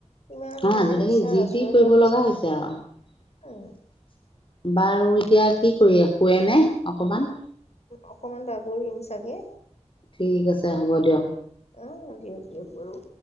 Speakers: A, on the left; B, on the left.
A: ইমান
B: অ
A: মানে
B: আজিলকি
A: মিছাৰ
B: যি
A: আশ্ৰয়
B: টি কৰিব
A: লোৱা
B: লগা হৈছে আৰু
A: উম
B: বাৰু এতিয়া কি কৰি শুৱেনে অকমান
A: অকমান বাগৰিম চাগে
B: ঠিক আছে হ'ব দিয়ক।
A: অ দিয়ক দিয়ক বাৰু